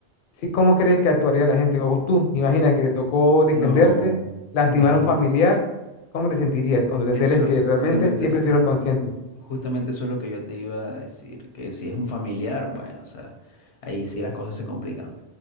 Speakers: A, on the left; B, on the left.
A: ¿Sí? ¿Cómo crees que actuaría la gente? O tú, imagina que te tocó defenderse,
B: No,
A: lastimar
B: es muy...
A: a un familiar. ¿Cómo te sentirías cuando te
B: Eso
A: enteres que
B: justamente
A: realmente siempre
B: es,
A: estuvieron conscientes?
B: justamente eso es lo que yo te iba a decir, que si es un familiar, bueno, o sea, ahí sí las cosas se complican.